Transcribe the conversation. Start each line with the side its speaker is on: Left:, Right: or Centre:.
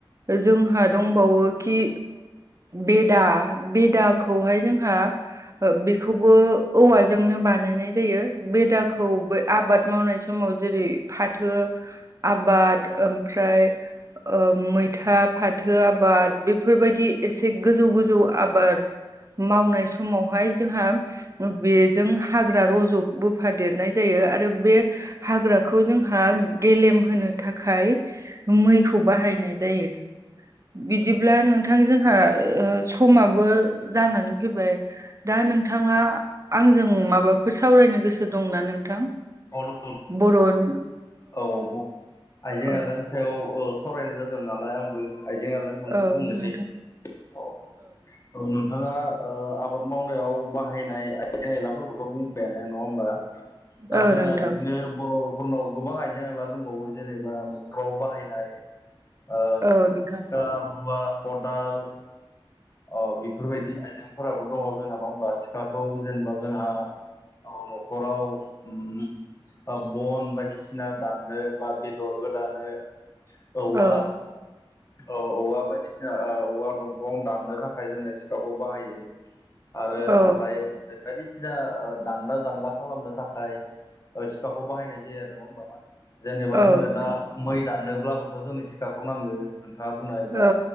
Right: जोंहा दंबावोखि बेदा बेदाखौहाय जोंहा बेखौबो औवाजोंनो बानायनाय जायो बेदाखौ आबाद मावनाय समाव जेरै फाथो आबाद ओमफ्राय- मैथा फाथो आबाद बेफोरबायदि एसे गोजौ गोजौ आबाद मावनाय समावहाय जोंहा बेजों हाग्रा रज'बोफादेरनाय जायो आरो बे हाग्राखौ जोंहा गेलेम होनो थाखाय मैखौ बाहायनाय जायो बिदिब्ला नोंथां जोंहा ओ समाबो जानानै फैबाय दा नोंथाङा आंजों माबाफोर सावरायनो गोसो दंना नोंथां।
Left: <unintelligible>
Right: बर'नि
Left: औ आइजेंआलानो
Right: औ
Left: सायाव सावरायनाय जादों नालाय आंबो आइजें-आइला
Right: औ
Left: बुंनोसै
Right: नोंथां
Left: अ औ औ आंङो ओ आबाद मावनायाव बाहायनाय आइजें आइलाफोरखौथ' बुंबायानो नङा होमबा दा
Right: औ
Left: जोंना
Right: नोंथां
Left: बिदिनो बर'फोरनाव गोबां आइजें-आइला दंबावो जेनेबा न'खराव बाहायनाय ओ
Right: औ नोंथां
Left: सिखा, रुवा खदाल औ बेफोरबायदि आइजेंफोराबो दङ जोंना नंङा होमबा सिखाखौ जेनेबा जोंहा औ न'खराव ओम ओ बन बायदिसिना दाननो बा बेदर गोदानो औवा
Right: औ
Left: औ औवा बायदिसिना औवा, दंफां दानो नो थाखाय जोंङो सिखाखौ बाहायो आरो
Right: औ
Left: हाग्रा एवनाय बायदिसिना जोआ‌ ओ दानला दानला खालामनो थाखाय ओ सिखाखौ बाहायनाय जायो आरो नङा होमबा जेनेबा
Right: औ
Left: जोंनो
Right: नोंथां
Left: दा मै दाननोब्लाबोथ' जोंनो सिखाखौ नांगो नोंथांङा बुंनायबा
Right: औ